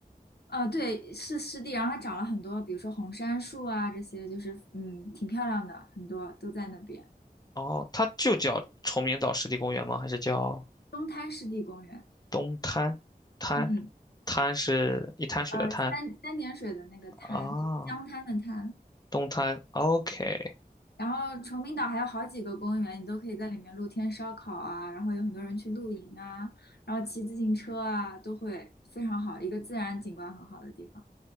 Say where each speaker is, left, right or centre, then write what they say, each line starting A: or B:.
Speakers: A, on the left (about 85°); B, on the left (about 25°).
A: 呃，对，是湿地，然后它长了很多，比如说红杉树啊，这些就是嗯挺漂亮的，很多都在那边，
B: 哦，它就叫崇明岛湿地公园吗？还是叫
A: 东滩湿地公园，
B: 东滩？滩
A: 嗯。
B: 滩是一滩水的滩
A: 呃，三三点水的那个滩，
B: 啊，
A: 就是江滩的滩。
B: 东滩。OK，
A: 然后崇明岛还有好几个公园，你都可以在里面露天烧烤啊，然后有很多人去露营啊，然后骑自行车啊，都会非常好，一个自然景观很好的地方。